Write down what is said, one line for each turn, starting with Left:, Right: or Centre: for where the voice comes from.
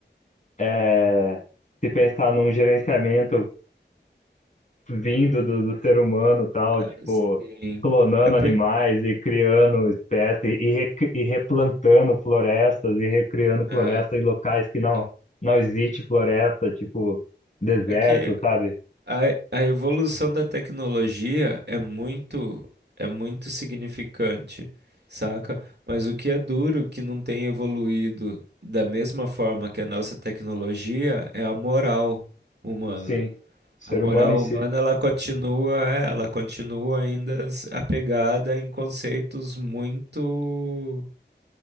Left: é, se pensar num gerenciamento vindo do, do ser humano, tal,
Right: É,
Left: tipo,
Right: sim.
Left: clonando
Right: É porque.
Left: animais e criando espécies e, rec- e replantando florestas e recriando florestas
Right: É,
Left: em locais que não,
Right: sim.
Left: não existe floresta, tipo, deserto,
Right: É que
Left: sabe?
Right: A, a evolução da tecnologia é muito é muito significante, saca? Mas o que é duro que não tem evoluído da mesma forma que a nossa tecnologia é a moral humana.
Left: Sim, ser
Right: A moral
Left: humano em si.
Right: humana ela continua, é, ela continua ainda s- apegada em conceitos muito